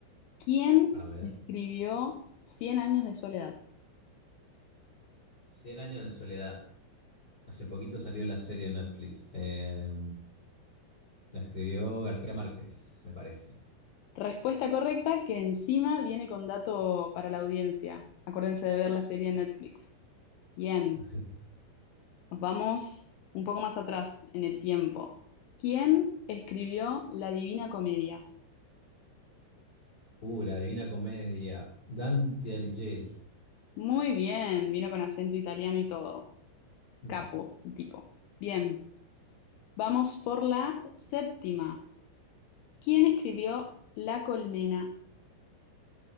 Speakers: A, on the left (about 75°); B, on the left (about 20°).
A: ¿Quién
B: A ver.
A: escribió Cien años de soledad?
B: Cien años de soledad. Hace poquito salió la serie de Netflix. Eh, La escribió García Márquez, me parece.
A: Respuesta correcta que encima viene con dato para la audiencia. Acuérdense de ver la serie en Netflix. Bien.
B: <laughs>
A: Nos vamos un poco más atrás en el tiempo. ¿Quién escribió La Divina Comedia?
B: Uh, la Divina Comedia. Dante Alighieri.
A: Muy bien, vino con acento italiano y todo.
B: <laughs> Mm,
A: Capo, el tipo. Bien, vamos por la séptima. ¿Quién escribió La Colmena?